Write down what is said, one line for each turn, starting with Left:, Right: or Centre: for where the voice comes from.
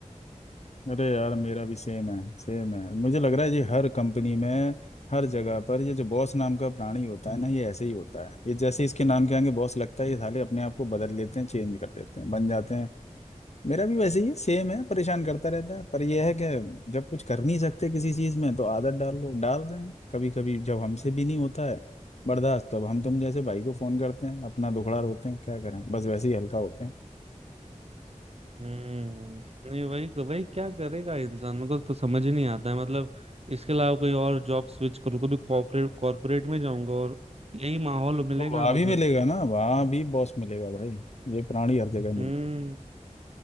Left: अरे यार मेरा भी सेम है सेम है मुझे लग रहा है ये हर कंपनी में हर जगह पर ये जो बॉस नाम का प्राणी होता है ना ये ऐसे ही होता है ये जैसे इसके नाम के आगे बॉस लगता है ये साले अपने आप को बदल लेते हैं चेंज कर लेते हैं बन जाते हैं मेरा भी वैसे ही है सेम है परेशान करता रहता है पर यह है कि जब कुछ कर नहीं सकते किसी चीज में तो आदत डाल लो डाल रहे हैं कभी कभी जब हमसे भी नहीं होता है बर्दाश्त तब हम तुम जैसे भाई को फोन करते हैं अपना दुखड़ा रोते हैं क्या करें बस वैसे ही हल्का होते हैं
Right: हम्म नहीं वही वही क्या करेगा इंसान मेरे को तो समझ ही नहीं आता है मतलब इसके अलावा कोई और जॉब स्विच करूँ तो भी कॉर्पोरेट कॉर्पोरेट में जाऊंगा और यही माहौल मिलेगा
Left: तो वहाँ
Right: मुझे
Left: भी मिलेगा ना वहाँ भी बॉस मिलेगा भाई ये प्राणी हर जगह मिलता
Right: हम्म
Left: है